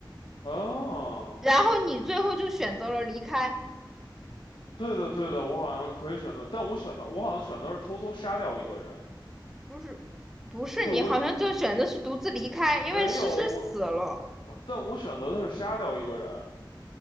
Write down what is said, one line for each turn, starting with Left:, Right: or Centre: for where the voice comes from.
Left: 哦。
Centre: 然后你最后就选择了离开，
Left: 对的，对的，我好像可以选择，但我选的我好像选择是偷偷杀掉一个人。
Centre: 不是，不是你好像就选择是独自离开，
Left: 对，我选没有，
Centre: 因为诗诗死了。
Left: 我但我选择的是杀掉一个人。